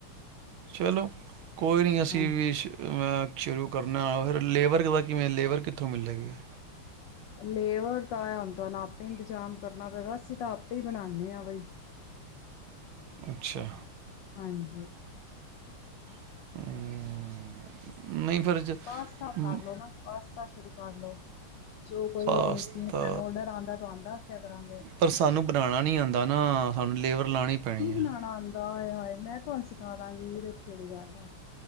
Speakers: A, on the right (about 75°); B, on the left (about 70°).
A: ਚਲੋ ਕੋਈ ਨਹੀਂ ਅਸੀਂ
B: ਹਾਂਜੀ
A: ਵੀ ਮੈਂ ਸ਼ੁਰੂ ਕਰਨਾ ਫਿਰ, ਲੇਬਰ ਕਿਵੇਂ ਲੇਬਰ ਕਿੱਥੋਂ ਮਿਲਲੇਗੀ ਹੈ
B: ਲੇਬਰ ਤਾਂ ਹੈ ਹੁਣ ਤੁਹਾਨੂੰ ਆਪੇ ਇੰਤਜ਼ਾਮ ਕਰਨਾ ਪਏਗਾ, ਅਸੀਂ ਤਾਂ ਆਪੇ ਹੀ ਬਣਾਉਂਦੇ ਹਾਂ ਬਈ
A: ਅੱਛਾ
B: ਹਾਂਜੀ
A: <unintelligible> ਨਹੀਂ ਫਿਰ ਜ-
B: ਪਾਸਤਾ
A: ਮ,
B: ਕਰਲੋ ਨਾ ਪਾਸਤਾ <unintelligible> ਸ਼ੁਰੂ ਕਰ ਲਓ ਜੋ ਕੋਈ
A: ਪਾਸਤਾ
B: ਸਾਨੂੰ ਆਰਡਰ ਆਉਂਦਾ ਤਾਂ ਆਉਂਦਾ ਕਰਾਂਗੇ
A: ਪਰ ਸਾਨੂੰ ਬਣਾਉਣਾ ਨਹੀਂ ਆਉਂਦਾ
B: <unintelligible>
A: ਨਾ ਸਾਨੂੰ ਲੇਬਰ ਲਾਣੀ ਪੈਣੀ ਹੈ
B: ਬਣਾਉਣਾ ਆਉਂਦਾ ਆਏ -ਹਾਏ ਮੈਂ ਤੁਹਾਨੂੰ ਸਿਖਾ ਦਾਂਗੀ ਇਹਦੇ ਚ' ਕਿਹੜੀ ਗੱਲ ਹੈ